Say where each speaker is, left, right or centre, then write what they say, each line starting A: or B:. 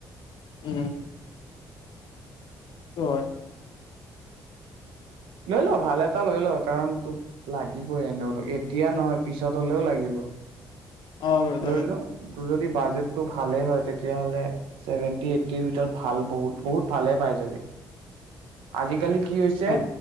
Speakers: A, on the left; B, on the right.
A: উম হয়।
B: লৈ ল' ভাল এটা লৈ ল' কাৰণ তোক লাগিবই এনেও তোক এতিয়া নহয় পিছত হ'লেও লাগিব।
A: অ', তাকে
B: লৈ ল তোৰ যদি বাজেটটো ভালেই হয় তেতিয়াহ'লে ছেভেনটি এইট্টিৰ ভিতৰত ভাল বহুত বহুত ভালে পাই যাবি। আজিকালি কি কি হৈছে
A: ভাল